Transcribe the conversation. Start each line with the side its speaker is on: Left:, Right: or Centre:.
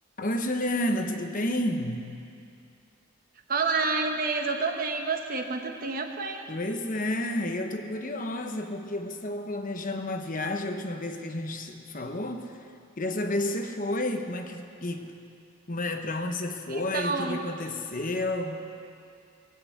Left: Oi, Juliana, tudo bem?
Right: Olá, Inês, eu tô bem, e você? Quanto tempo, hein?
Left: Pois é, e eu tô curiosa, porque você estava planejando uma viagem a última vez que a gente se falou. Queria saber se você foi, como é que, e como é, para onde você foi,
Right: Então,
Left: o que que aconteceu.